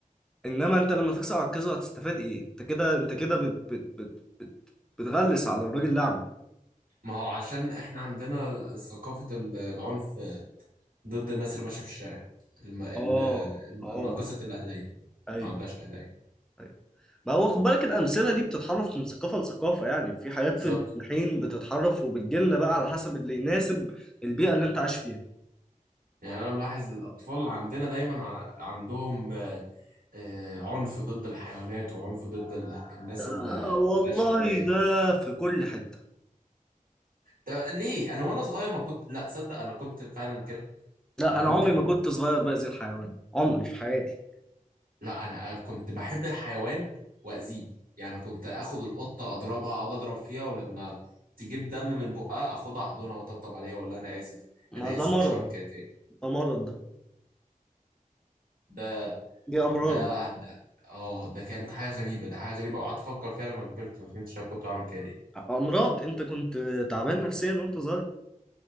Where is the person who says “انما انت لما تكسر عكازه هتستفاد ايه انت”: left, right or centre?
Centre